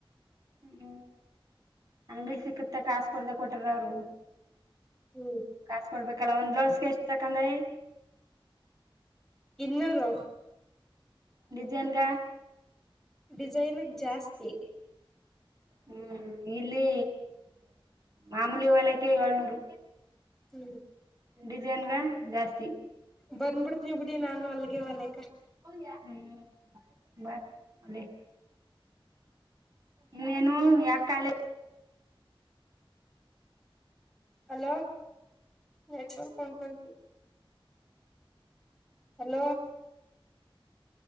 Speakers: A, on the right; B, in the centre.
A: ಹ್ಮ್ ಅಂಗ್ಡೀಲ್ ಸಿಕ್ಕುತ್ತೆ ಕಾಸ್. ಕೊಡ್ದೆ ಕೊಟ್ಟಾರ ಅವರು
B: ಹ್ಮ್
A: ಕಾಸ ಕೊಡ್ಬೇಕ್. ಕಲ ಒಂದ್ ಬ್ಲೌಸ್ಗೆ ಎಷ್ಟ್ ತಕಂದೖ?
B: ಇನ್ನೂರು.
A: ಡಿಜೈನ್ಗ?
B: ಡಿಸೈನ್ಗೆ ಜಾಸ್ತಿ.
A: ಹ್ಮ್ ಇಲ್ಲಿ ಮಾಮೂಲಿ ಹೊಲ್ಯಕ್ಕೆ ಏಳ್ನೂರು.
B: ಹ್ಮ್
A: ಡಿಸೈನ್ಗೆ ಜಾಸ್ತಿ.
B: ಬಂದ್ಬಿಡ್ತೀನೀ ಬಿಡಿ ನಾನು ಅಲ್ಗೆ ಹೊಲೆ
A: <unintelligible> ಅ ಇನ್ನೇನು ಯಾಕ ಕಾಲೇಜ್
B: ಹಲೋ ನೆಟ್ವರ್ಕ್ರ್ ಹೊಂಟೋಯ್ತು. Hello